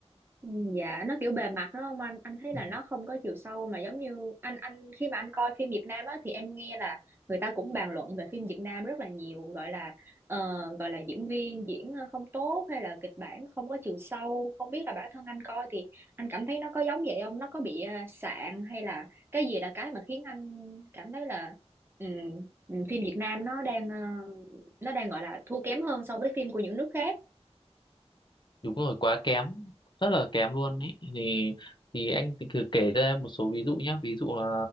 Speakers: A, on the right (about 20°); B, on the left (about 45°).
A: Ừ, Dạ nó kiểu bề mặt đúng không anh? Anh thấy
B: đấy
A: là nó không có chiều sâu mà giống như anh anh khi mà anh coi phim Việt Nam á thì em nghe là người ta cũng bàn luận về phim Việt Nam rất là nhiều gọi là ờ, gọi là diễn viên diễn ờ, không tốt hay là kịch bản không có chiều sâu không biết là bản thân anh coi thì anh cảm thấy nó có giống vậy không? Nó có bị ờ, sạn hay là cái gì là cái mà khiến anh cảm thấy là ừ, ừ, phim Việt Nam nó đang ờ, nó đang gọi là thua kém hơn so với phim của những nước khác.
B: đúng rồi quá kém rất là kém luôn ấy thì thì anh thì cứ kể cho em một số ví dụ nhé ví dụ ờ,